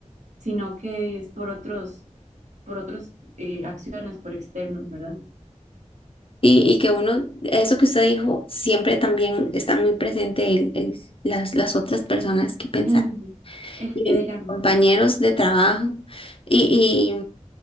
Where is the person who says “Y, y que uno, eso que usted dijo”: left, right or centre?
Left